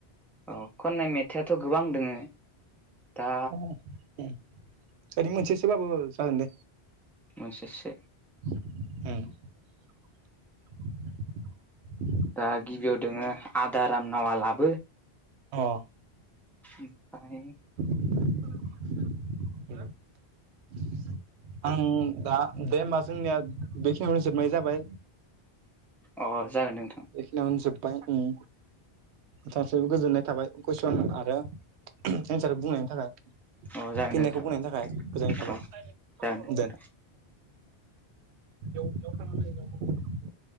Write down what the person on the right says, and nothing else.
<unintelligible> ओरैनो मोनसेसो बाबो जागोन दे
उम
अ
<unintelligible> आं दा दे ओमबा जोंनिया बेखिनियावनो जोबनाय जाबाय
बेखिनावनो जोबबाय उम <unintelligible> गोजोननाय थाबाय कुइसन आरो एन्सार बुंनायनि थाखाय
फिनायखौ
बुंनायनि थाखाय गोजोननाय थाबाय
दे उम <unintelligible>